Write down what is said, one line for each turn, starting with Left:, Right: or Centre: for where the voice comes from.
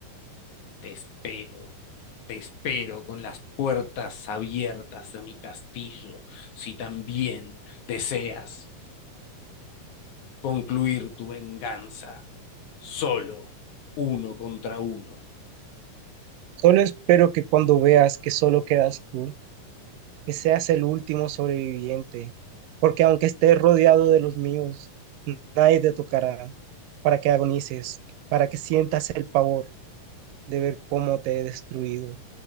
Left: Te espero, te espero con las puertas abiertas de mi castillo, si también deseas concluir tu venganza, solo uno contra uno.
Right: Solo espero que cuando veas que solo quedas tú, que seas el último sobreviviente, porque aunque estés rodeado de los míos, nadie te tocará para que agonices, para que sientas el pavor de ver cómo te he destruido.